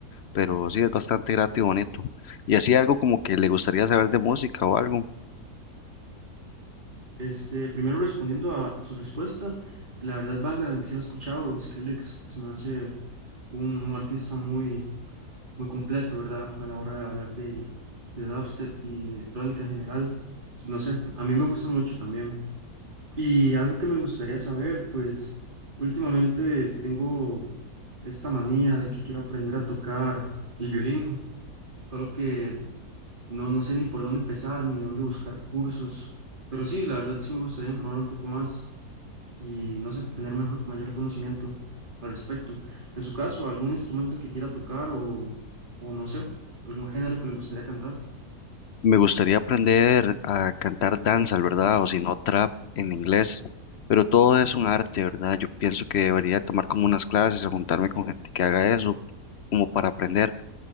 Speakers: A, on the left (about 60°); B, on the right (about 30°).
A: Pero sí es bastante grato y bonito. Y así algo como que le gustaría saber de música o algo.
B: Este, primero respondiendo a a su respuesta, la verdad Bangarang sí la he escuchado, Skrillex se me hace un, un artista muy, muy completo, ¿verdad? A la hora de hablar de, de dubstep y electrónica en general. No sé, a mí me gusta mucho también. Y algo que me gustaría saber, pues últimamente tengo esta manía de que quiero aprender a tocar el violín, solo que no, no sé ni por dónde empezar ni dónde buscar cursos, pero sí, la verdad sí me gustaría informar un poco más. y no sé, tener mejor, mayor conocimiento al respecto. En su caso, algún instrumento que quiera tocar o, o no sé, algún género que le gustaría cantar.
A: Me gustaría aprender a cantar danzas, ¿verdad? O si no, trap en inglés. Pero todo es un arte, ¿verdad? Yo pienso que debería tomar como unas clases o juntarme con gente que haga eso, como para aprender.